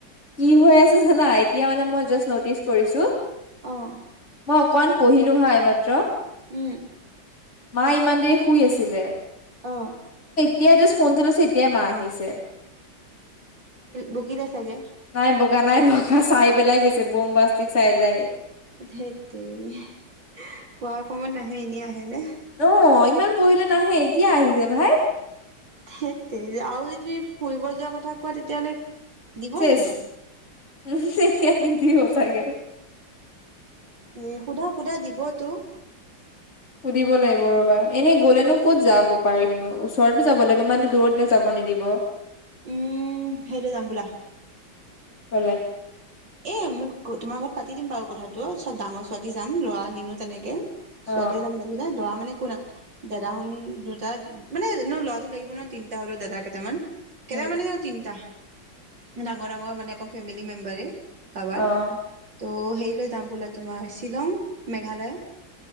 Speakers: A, on the left; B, on the right.
A: কি হৈ আছ জানা, এতিয়া মানে মই জাষ্ট নটিচ কৰিছো।
B: অ',
A: মই অকমান পঢ়িলো হা, এইমাত্ৰ ।
B: উ'ম
A: মা, ইমান দেৰি শুই আছিলে।
B: অ!
A: এতিয়াই জাস্ত ফোনটো লৈছো, এতিয়াই মা আহিছে।
B: বকিলে চাগে?
A: নাই বকা নাই, চাই পেলাই গৈছে, বোম্ববাষ্টিক চাইড আই।
B: ধেইত তেৰি, পঢ়া সময়ত নাহে এনেই আহে নে?
A: অ', ইমান পঢ়িলে নাহে, এতিয়া আহিছে ভাই।
B: ধেইটতেৰী, আৰু যদি ফুৰিব যোৱা কথা কোৱা তেতিয়াহ'লে দিব
A: শেষ,
B: জানো
A: মোক চাগে নিদিব। চাগে।
B: এ সোধা, সোধা দিবতো।
A: সুধিব লাগিব ৰবা, এনেই গ'লেনো ক'ত যাব পাৰিমনো, ওচৰতো যাব লাগিব ইমানতো দূৰতটো যাব নিদিব।
B: উম! হেৰিলৈ যাম বোলা।
A: ক'লে?
B: এ! তোমাৰ ঘৰত পাতি দিম বাৰু কথাটো, চব ডাঙৰ ছোৱালী যাম ল'ৰা নিনু তেনেকে। ছোৱালীয়ে
A: অ
B: যাম লাগিলে, লৰা মানে কোনা দাদ হত দুটা মানে ন, ল'ৰাটো লাগিব ন তিনটা হলেও দাদা কেইটামান।
A: অ
B: কেইটা মানে, তিনটা। ডাঙৰ, ডাঙৰ মানে অকন ফেমিলি মেম্বাৰে। কাৰোবাৰ
A: অ',
B: ত' হেৰি ললৈ যাম বোলা, তোমাৰ শ্বিলং, মেঘালয়।